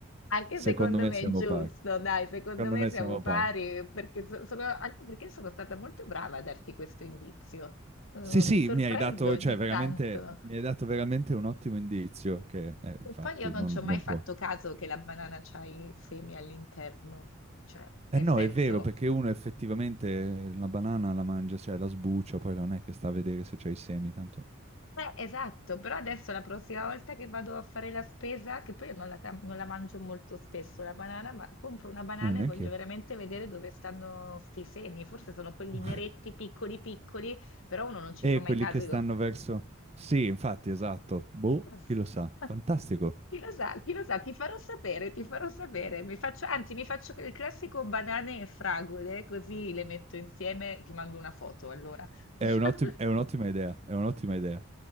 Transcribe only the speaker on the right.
Secondo
me
siamo
pari.
Secondo
me
siamo
pari.
Sì, sì,
mi hai dato,
cioè, veramente,
mi hai dato veramente un ottimo indizio che, eh, infatti,
non,
non
può.
Eh no,
è vero, perché uno effettivamente eh, la banana la mangia, cioè la sbuccia, poi non è che sta a vedere se c'è i semi, tanto
non neanche
io.
<laughs>
E
quelli
che stanno
verso... Sì, infatti, esatto. Boh,
chi lo sa.
Fantastico.
È
un'ottim- è un'ottima idea, è un'ottima idea.